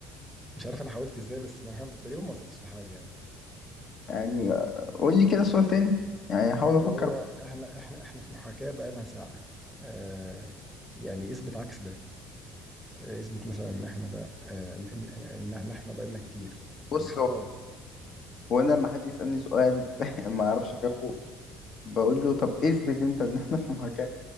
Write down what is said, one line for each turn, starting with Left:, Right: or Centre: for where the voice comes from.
Centre: مش عارف انا حاولت ازاي بس ما... تقريبا ما وصلتش لحاجه يعني
Left: يعني اه، قول لي كده سؤال تاني يعني احاول افكر
Centre: اللي هو احنا احنا احنا في محاكاه بقى لها ساعه أه يعني اثبت عكس ده آه، اثبت مثلا ان احنا ده آه، ان ان ان إن احنا بقالنا كتير
Left: بص
Centre: يعني حتى
Left: هو
Centre: لو
Left: هو انا لما حد يسالني سؤال <laughs> ما اعرفش اجاوبه بقول له طب اثبت انت ان احنا في محاكاه